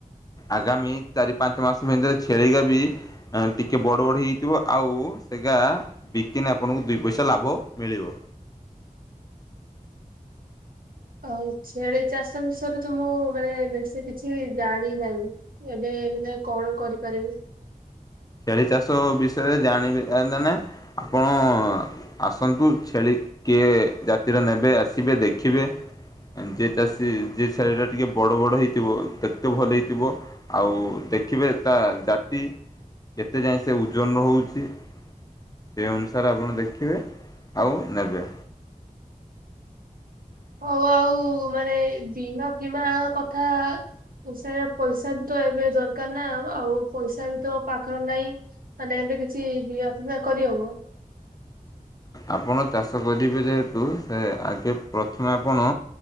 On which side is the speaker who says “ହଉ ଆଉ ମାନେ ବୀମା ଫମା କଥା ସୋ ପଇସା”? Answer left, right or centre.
Right